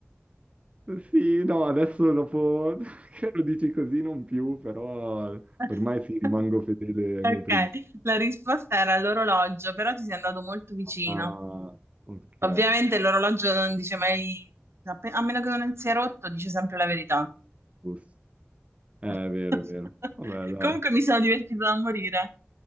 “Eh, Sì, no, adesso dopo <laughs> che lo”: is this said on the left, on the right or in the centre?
Right